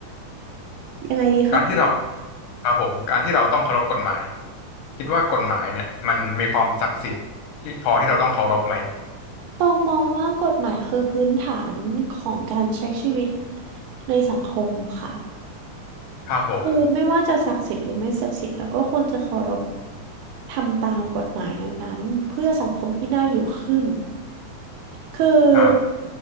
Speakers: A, on the right; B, on the left.
A: ยังไงดีคะ
B: การที่เราครับผมการที่เราต้องเคารพกฎหมายคิดว่ากฎหมายเนี่ยมันมีความศักดิ์สิทธิ์ที่พอที่เราต้องเคารพไหม
A: ตองมองว่ากฎหมายคือพื้นฐานของการใช้ชีวิตในสังคมค่ะ
B: ครับผม
A: คือไม่ว่าจะศักดิ์สิทธิ์หรือไม่ศักดิ์สิทธิ์เราก็ควรจะเคารพทำตามกฎหมายนั้นๆเพื่อสังคมที่น่าอยู่ขึ้นคือ
B: ครับ